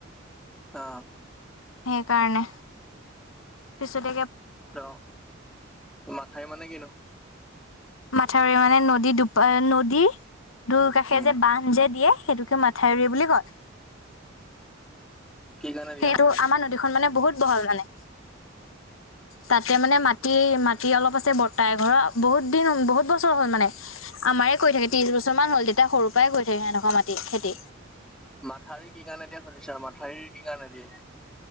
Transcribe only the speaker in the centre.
অ
অ' মাথাই মানে কিনো?
উম
কি কাৰণে দিয়া
মাথাউৰিটো
উম
মাথাউৰি কি কাৰণে দিয়া <unintelligible> মথাউৰি কি কাৰণে দিয়ে?